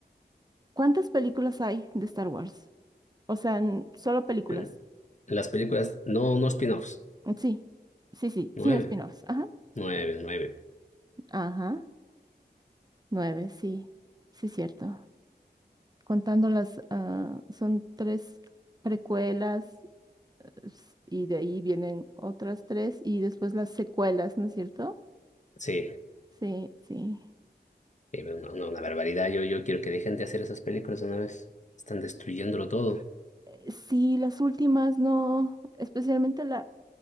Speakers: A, on the right (about 25°); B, on the left (about 45°).
A: ¿cuántas películas hay de Star Wars? O sea, n- solo películas.
B: Eh, Las películas, no, no spin-offs.
A: Sí, sí, sí,
B: Nueve,
A: sin spin-offs. Ajá,
B: nueve, nueve.
A: ajá. Nueve, sí, sí, cierto. Contando las, ah, son tres precuelas s- y de ahí vienen otras tres y después las secuelas, ¿no es cierto?
B: Sí,
A: Sí, sí.
B: sí, pero no, no, una barbaridad. Yo, yo quiero que dejen de hacer esas películas de una vez. Están destruyéndolo todo.
A: Eh, Sí, las últimas no, especialmente la